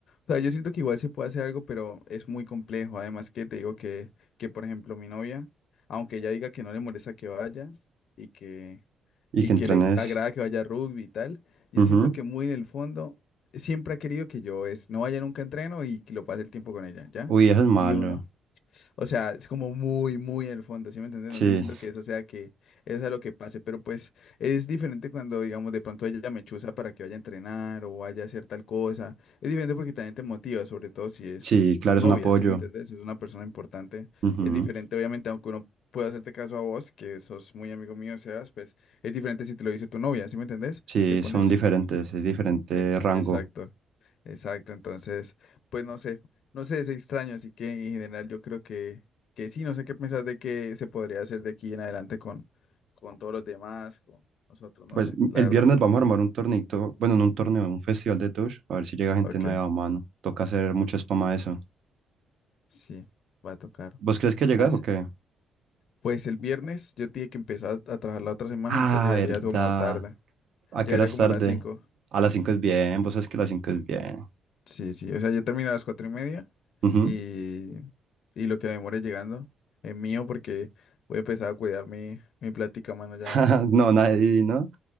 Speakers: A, on the left; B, on the right.
A: sea, yo siento que igual se puede hacer algo, pero es muy complejo. Además que te digo que, que por ejemplo, mi novia, aunque ella diga que no le molesta que vaya y que
B: Y
A: y
B: que
A: que
B: entrenes.
A: le agrada que vaya a rugby y tal. Yo
B: Ujú.
A: siento que muy en el fondo siempre ha querido que yo es, no vaya nunca a entreno y que lo pase el tiempo con ella, ¿ya?
B: Uy, eso es malo.
A: Y uno, o sea, es como muy, muy en el fondo, ¿sí me entiendes?
B: Sí,
A: No estoy diciendo que eso sea que eso sea lo que pase, pero pues es diferente cuando, digamos, de pronto ella me chusa para que vaya a entrenar o vaya a hacer tal cosa. Es diferente porque también te motiva, sobre todo si es
B: sí, claro,
A: tu novia,
B: es un apoyo.
A: ¿sí me entiendes? Si es una persona importante.
B: Ujú.
A: Es diferente, obviamente, aunque uno pueda hacerte caso a vos, que sos muy amigo mío, Sebas, pues es diferente si te lo dice tu novia, ¿sí me entendés?
B: Sí,
A: Le pones...
B: son diferentes, es diferente
A: Ec-
B: rango.
A: Exacto. Exacto, entonces, pues no sé, no sé, es extraño, así que en general yo creo que, que sí, no sé qué pensás de qué se podría hacer de aquí en adelante con, con todos los demás, con nosotros, no
B: Pues
A: sé, la
B: el
A: verdad.
B: viernes vamos a armar un tornito, bueno, no un torneo, un festival de Touch, a ver si llega gente
A: Ok,
B: nueva, mano. Toca hacer mucha spam a eso.
A: sí, va a tocar.
B: ¿Vos crees que llegas
A: As-
B: o qué?
A: Pues el viernes yo tenía que empezar a trabajar la otra semana,
B: Ah,
A: entonces llegaría
B: verdad.
A: como tarde,
B: ¿A qué
A: llegaría
B: hora es
A: como
B: tarde?
A: a las 5.
B: A las cinco es bien, vos sabes que a las 5 es bien.
A: Sí, sí, o sea, yo termino a las cuatro y media
B: Ujú.
A: y, y lo que me demore llegando es mío porque voy a empezar a cuidar mi, mi plática, mano, ya.
B: <laughs> No, nadie, ¿no?